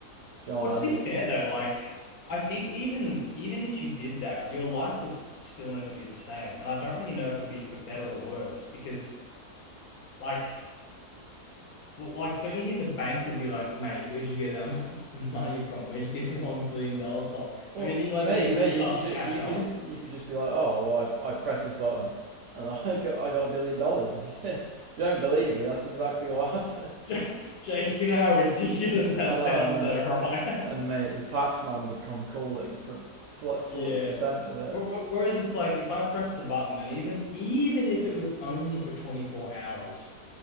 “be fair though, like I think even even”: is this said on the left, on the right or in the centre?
Left